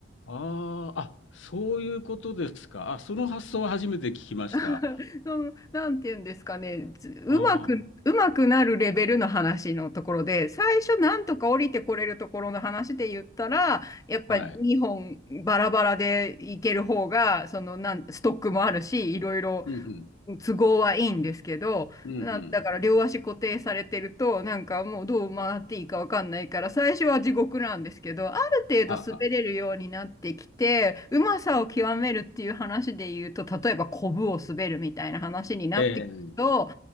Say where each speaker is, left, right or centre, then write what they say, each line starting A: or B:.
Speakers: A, on the left (about 65°); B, on the left (about 15°).
A: ああ、あ、そういうことですか。あ、その発想は初めて聞きました。
B: <laughs> その、なんて言うんですかね、ずうまく、
A: ああ、
B: うまくなるレベルの話のところで、最初なんとか降りてこれるところの話で言ったら、やっぱ日本バラバラでいける方が、
A: はい。
B: その、なん、ストックもあるし、いろいろ
A: うんうん。
B: 都合はいいんですけど、
A: うんうん。
B: な、だから両足固定されてると、なんかもうどう回っていいかわかんないから、最初は地獄なんですけど、ある程度滑れるようになってきて、
A: はあはあ。
B: うまさを極めるっていう話で言うと、例えばコブを滑るみたいな話になってくると、
A: ええ。